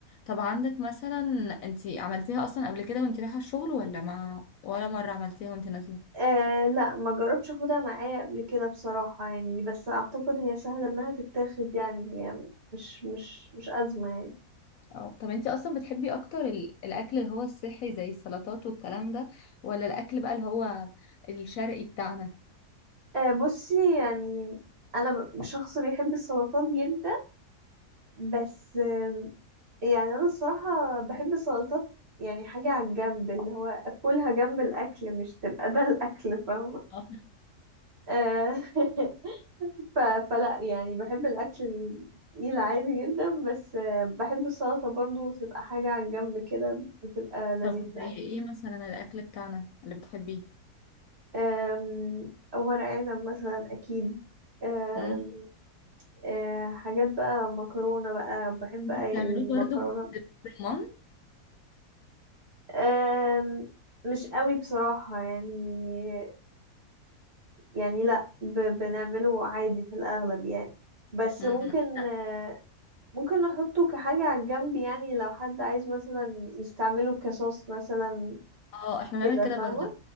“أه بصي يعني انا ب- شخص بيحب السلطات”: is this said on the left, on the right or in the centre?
Right